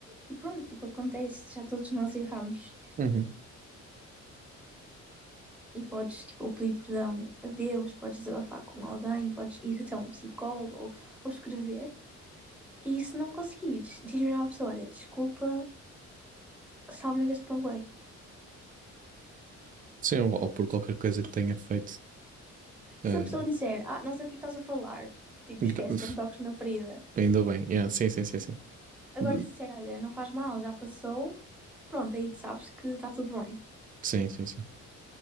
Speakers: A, in the centre; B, on the right (about 30°).
A: e pronto, tipo, acontece, já todos nós erramos.
B: Uhum.
A: E podes, tipo, pedir perdão a Deus, podes desabafar com alguém, podes ir até um psicólogo ou, ou escrever. E se não conseguires, diz-me à pessoa, olha, desculpa, só uma vez te panguei.
B: Sim, ou, ou por qualquer coisa que tenha feito. ah,
A: E se a pessoa disser, ah, não sei o que é estás a falar, tipo,
B: gra-
A: esquece, não toques na ferida.
B: ainda bem. Yeah, sim, sim, sim, sim.
A: Agora
B: De-
A: se disser, olha, não faz mal, já passou, pronto, aí tu sabes que está tudo bem.
B: Sim, sim, sim.